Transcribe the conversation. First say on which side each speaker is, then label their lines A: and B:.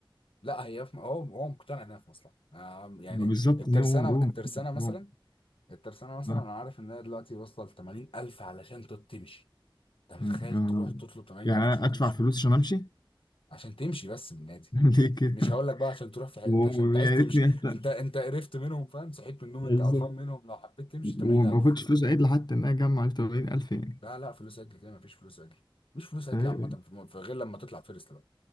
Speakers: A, on the left; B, on the left.
A: لا هي في م- هو هو مقتنع انها في مصلحة آم، يعني
B: بالظبط
A: الترسانة
B: هو هو
A: الترسانة مثلا
B: هو
A: الترسانة مثلا
B: آه.
A: أنا عارف إن هي دلوقتي واصلة لتمانين ألف علشان تط- تمشي أنت متخيل
B: آه.
A: تروح تطلب تمانين
B: يعني
A: ألف
B: أنا
A: عشان
B: ادفع
A: تمشي
B: فلوس عشان امشي <laughs>
A: عشان تمشي بس من النادي
B: ليه كده
A: مش هقول لك بقى عشان تروح في حي...
B: ويا
A: أنت عشان أنت عايز تمشي
B: ريتني أت-
A: أنت أنت قرفت منهم فاهم صحيت من النوم
B: بالظبط
A: أنت قرفان منهم لو حبيت تمشي تمانين
B: وما
A: ألف
B: باخدش فلوس عدل حتى ان انا اجمع 80000 يعني
A: لا لا فلوس عدل كده مفيش فلوس عدل مفيش فلوس عدل
B: ايوه
A: عامة في م- في غير لما تطلع فيرست بقى